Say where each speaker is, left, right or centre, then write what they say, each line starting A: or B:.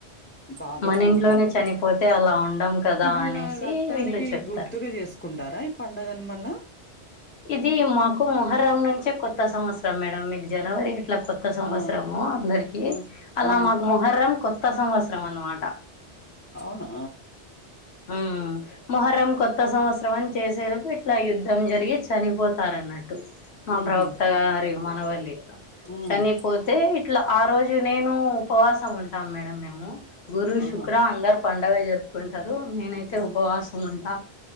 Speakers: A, on the left; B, on the left.
A: బాధతో
B: మన ఇంట్లోనే
A: ఉంటాం కదా
B: చనిపోతే అలా ఉండం కదా
A: మళ్ళా
B: అనేసి
A: రక్తానికి
B: వీళ్ళు చెప్తారు
A: గుర్తుగా చేసు కుంటారా ఈ పండుగను మళ్ళ
B: ఇది మాకు మొహర్రం నుంచే కొత్త సంవత్సరం మేడం మీకు జనవరి ఎట్లా కొత్త కొత్త సంవత్సరము
A: ఆ
B: అందరికి
A: ఆ
B: అలా
A: ఆ
B: మాకు మొహర్రం కొత్త సంవత్సరం అన్నమాట
A: అవునా
B: ఉమ్ మొహర్రం కొ త్త సంవత్సరం అని చేసేందుకు ఇట్లా యుద్ధం జరిగి చనిపోతారున్నట్టు మా
A: ఉహు
B: ప్రవక్త గరి మనవాళ్లు ఇట్లా
A: ఉమ్
B: చనిపో యితే ఇట్లా ఆ రోజు నేను ఉపవాసం ఉంటాము మేడం మేము గురు,
A: ఆహా
B: శుక్ర అందరు పండుగ జరుపుకుంటారు నేనైతే
A: ఆ!
B: ఉపవాసం ఉంటా